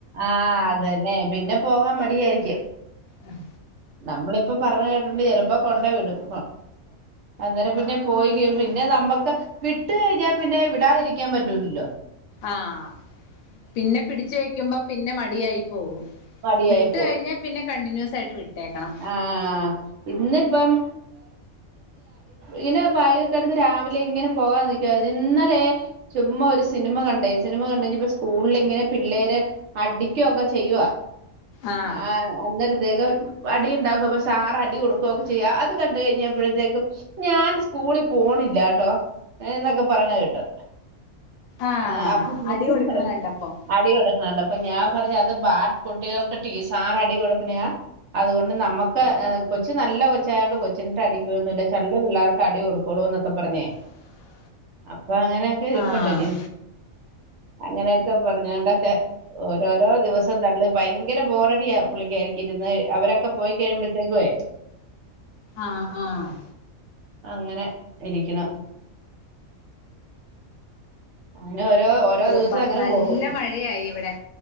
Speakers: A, on the right (about 65°); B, on the left (about 85°).
A: ആഹ് അത് തന്നെ പിന്നെ പോകാൻ മടിയായിരിക്കും.
B: ആഹ്
A: നമ്മളിപ്പ പറഞ്ഞ കേട്ടിട്ട് ചിലപ്പോ കൊണ്ട് വിടും അന്നേരം പിന്നെ പോയി കഴിയുമ്പോ പിന്നെ നമ്മക്ക് വിട്ട് കഴിഞ്ഞാൽ പിന്നെ വിടാതിരിക്കാൻ പറ്റൂലല്ലോ
B: ആഹ് പിന്നെ പിടിച്ചു വെക്കുമ്പോൾ പിന്നെ മടിയായി പോകും
A: മടിയായി
B: വിട്ട്
A: പോവും
B: കഴിഞ്ഞാ പിന്നെ കണ്ടിന്യൂസ് ആയിട്ട് വിട്ടേക്കണം
A: ആഹ് ഇന്നിപ്പം ഇങ്ങനെ ബായിഗ്ക്ക് എടത്ത് രാവിലെ ഇങ്ങനെ പോകാൻ നിക്കുവായിരുന്നു ഇന്നലെ ചുമ്മാ ഒരു സിനിമ കണ്ടേ സിനിമ കണ്ട് കഴിഞ്ഞപ്പ സ്കൂളിൽ ഇങ്ങനെ പിള്ളേര് അടിക്കൊക്കെ ചെയ്യുവാ
B: ആഹ്
A: ആ അന്നരത്തേക്ക് അടി ഉണ്ടാക്കും. അപ്പൊ സാറ് അടി കൊടുക്കുകുവൊക്കെ ചെയ്യാ അത് കണ്ട് കഴിഞ്ഞപ്പോഴത്തേക്കും ഞാൻ സ്കൂളിൽ പോണില്ലാട്ടോ എന്നൊക്കെ പറയുന്ന കേട്ടു
B: ആഹ്
A: ആ അപ്പൊ ഞാൻ
B: അടി കൊടുക്കണ
A: പറഞ്ഞു
B: കണ്ടപ്പം
A: അടി കൊടുക്കണ കണ്ടപ്പം. അപ്പൊ ഞാൻ പറഞ്ഞു അത് ബാഡ് കുട്ടികൾക്ക് ടീ സാർ അടി കൊടുക്കണയാ. അതുകൊണ്ട് നമ്മക്ക് കൊച്ചു നല്ല കൊച്ചായ കൊണ്ട കൊച്ചിനിട്ട് അടിക്കൊന്നുമില്ല ചളള് പിള്ളേർക്ക് അടി കൊടുക്കോളൂ എന്നൊക്കെ പറഞ്ഞേ
B: <inaudible>
A: അപ്പൊ അങ്ങനെയൊക്കെ ഇരിപ്പുണ്ട്
B: ആഹ്
A: ഇനി അങ്ങനെയൊക്കെ പറഞ്ഞോണ്ടൊക്കെ ഓരോരോ ദിവസം തള്ളി ഭയങ്കര ബോറടിയാ പുള്ളിക്കാരിക്ക് ഇരുന്ന് അവരൊക്കെ പോയി കഴിയുമ്പോഴത്തേക്കുവേ
B: ആഹ് ആഹ്
A: അങ്ങനെ ഇരിക്കണു അങ്ങനെ ഓരോ ഓരോ
B: ഓ
A: ദിവസം അങ്ങനെ
B: നല്ല
A: പോകും
B: മഴയായി ഇവിടെ